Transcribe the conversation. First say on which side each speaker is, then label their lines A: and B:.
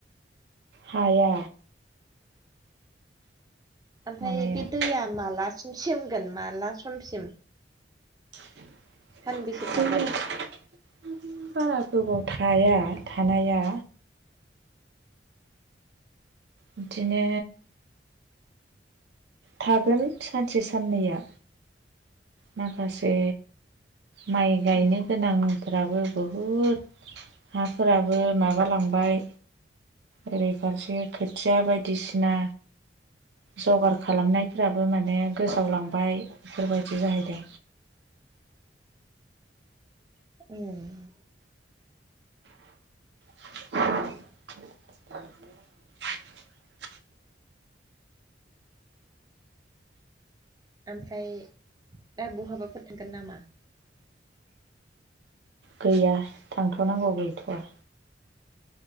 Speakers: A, on the right; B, on the right.
A: हाया
B: ओमफ्राय
A: हानाया
B: बे दैया मालासिम सेमगोन माला समसिम
A: <unintelligible>
B: सानबेसे थागोन?
A: बारा गोबाव थाया थानाया बिदिनो थागोन सानसे साननैया माखासे माइ गायनो
B: उम
A: गोनां फोराबो बहुद हाफोराबो माबालांबाय ओरै फारसे खोथिया बायदिसिना जगार खालामनायफ्राबो माने गोजावलांबाय बेफोरबाय दि जाहैदों
B: उम्म ।
A: <inaudible>
B: ओमफ्राय दा बहाबाफोर थांगोन नामा
A: गैया थांथनांगौ गैथया